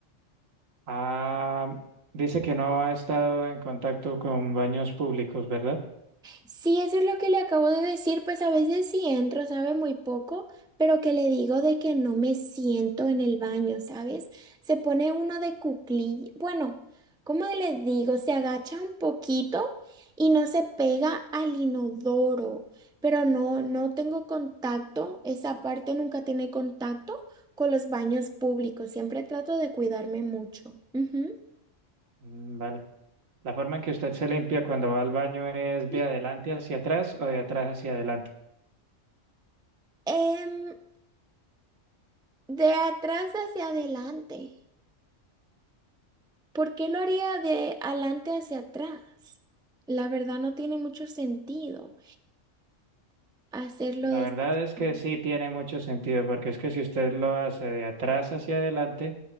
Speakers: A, on the right; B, in the centre.
A: ah, dice que no ha estado en contacto con baños públicos, ¿verdad?
B: Sí, eso es lo que le acabo de decir, pues a veces sí entro, sabe, muy poco, pero que le digo de que no me siento en el baño, ¿sabes? Se pone uno de cuclillas, bueno, ¿cómo le digo? Se agacha un poquito y no se pega al inodoro, pero no, no tengo contacto, esa parte nunca tiene contacto con los baños públicos, siempre trato de cuidarme mucho. Ujú.
A: Mm, vale. La forma en que usted se limpia cuando va al baño es
B: Sí.
A: de adelante hacia atrás o de atrás hacia adelante.
B: Em, de atrás hacia adelante. ¿Por qué lo haría de adelante hacia atrás? La verdad no tiene mucho sentido hacerlo
A: La
B: de
A: verdad
B: esa
A: es
B: forma.
A: que sí tiene mucho sentido, porque es que si usted lo hace de atrás hacia adelante,